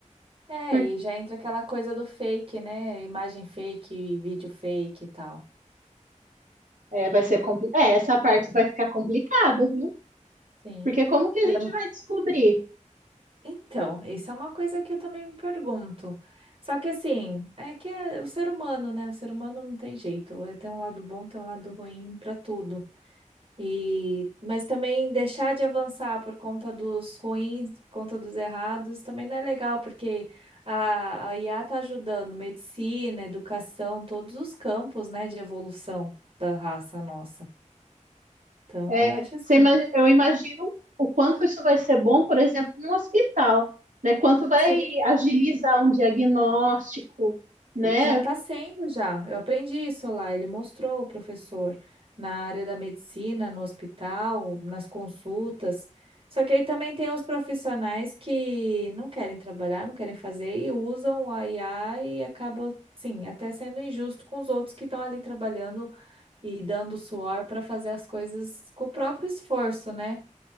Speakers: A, on the right (about 45°); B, on the right (about 85°).
A: É,
B: Porque,
A: e já entra aquela coisa do fake, né? Imagem fake, vídeo fake e tal.
B: é, vai ser compli- é, essa parte vai ficar complicada, viu?
A: Sim.
B: Porque como que a
A: e
B: gente
A: é
B: vai descobrir?
A: Então, isso é uma coisa que eu também me pergunto. Só que assim, é que é o ser humano, né? O ser humano não tem jeito. É, Tem um lado bom, tem um lado ruim para tudo. E, mas também deixar de avançar por conta dos ruins, por conta dos errados, também não é legal, porque a, a IA está ajudando medicina, educação, todos os campos, né, de evolução da raça nossa. Então,
B: É,
A: eu acho assim.
B: você ima- eu imagino o quanto isso vai ser bom, por exemplo, num hospital, né? Quanto vai
A: Sim,
B: agilizar um diagnóstico, né?
A: Já está sendo, já. Eu aprendi isso lá. Ele mostrou o professor na área da medicina, no hospital, nas consultas. Só que aí também tem os profissionais que não querem trabalhar, não querem fazer e usam a IA e acaba, sim, até sendo injusto com os outros que estão ali trabalhando e dando suor para fazer as coisas com o próprio esforço, né?